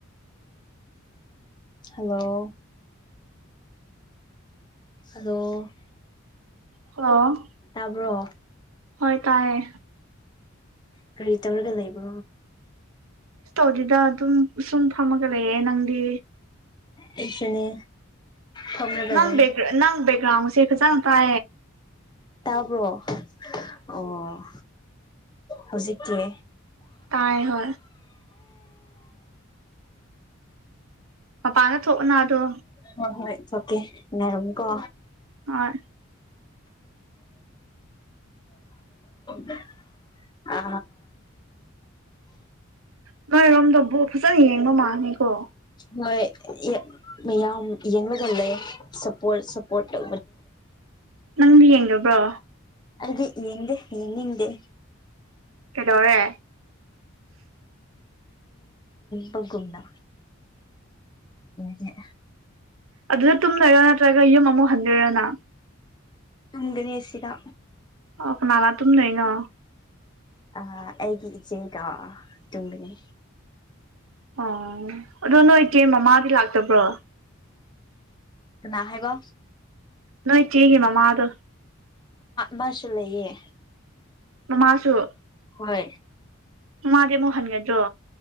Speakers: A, on the left; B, on the right.
A: hello ꯑꯗꯣ
B: ꯍꯜꯂꯣ
A: ꯇꯥꯕ꯭ꯔꯣ
B: ꯍꯣꯏ ꯇꯥꯏꯌꯦ
A: ꯀꯔꯤ ꯇꯧꯔꯒ ꯂꯩꯕꯣ
B: ꯇꯧꯔꯤꯗ ꯑꯗꯨꯝ ꯁꯨꯝ ꯐꯝꯃꯒ ꯂꯩꯌꯦꯦ ꯅꯪꯗꯤ
A: ꯑꯩꯁꯨꯅꯦ ꯐꯝꯔꯒ
B: ꯅꯪꯦꯛ
A: ꯂꯩ
B: ꯅꯪ ꯦꯛꯒ꯭ꯔꯥꯎꯁꯤꯦ ꯆꯪ ꯇꯦ
A: ꯇꯥꯕ꯭ꯔꯣ ꯑꯣ ꯍꯧꯖꯤꯛꯇꯀꯤ
B: ꯇꯥꯏ ꯍꯣꯏ ꯃꯄꯥꯟꯅ ꯊꯣꯛꯅ ꯑꯗꯣ
A: ꯍ ꯍꯣꯏ ꯑꯣꯀꯦ ꯅꯔꯝ ꯀꯣ
B: ꯍꯣꯏ
A: <inaudible> ꯑ
B: ꯉꯥꯏꯔꯣꯝꯗ ꯕꯣ ꯐꯖꯅ ꯌꯦꯡꯕ ꯃꯥꯜꯅꯤꯀꯣ
A: ꯍꯣꯏ ꯃꯌꯥꯝ ꯌꯦꯡꯕꯒ ꯂꯩ ꯁꯄꯣꯗꯨ
B: ꯅꯪꯅ ꯌꯦꯡꯕ꯭ꯔꯣ
A: ꯑꯗꯨꯗꯤ ꯌꯦꯗꯦ ꯌꯦꯅꯤꯗꯦ
B: ꯀꯩꯗꯔꯦ
A: ꯕꯒꯕꯅ ꯌꯦꯦ
B: ꯑꯗꯨꯗ ꯇꯨꯝꯅꯔꯣ ꯅꯠꯇ꯭ꯔꯒ ꯌꯨꯝ ꯑꯃꯨꯛ ꯍꯟꯗꯣꯏꯔꯣꯅ
A: ꯇꯒꯅꯦꯁꯤꯗ
B: ꯑꯣ ꯀꯅꯥꯂ ꯑꯗꯨꯨꯝ ꯂꯩꯩꯅꯣ
A: ꯑ ꯑꯩꯒꯤ ꯏꯆꯦꯒ ꯇꯨꯡꯕꯅꯤ
B: ꯑꯣ ꯑꯗꯣ ꯅꯣꯏ ꯏꯆꯦ ꯃꯃꯥꯗꯤ ꯂꯥꯛꯇꯕ꯭ꯔꯣ
A: ꯅ ꯍꯥꯏꯕ
B: ꯅꯣ ꯆꯦ ꯀ ꯃ ꯃꯥ ꯑꯗ
A: ꯃꯥꯁꯂꯌꯦꯦ
B: ꯅ ꯃꯥꯁꯨ
A: ꯍ
B: ꯃꯥꯗꯤ ꯑꯃꯨꯛ ꯍꯟꯒꯗ꯭ꯔꯣ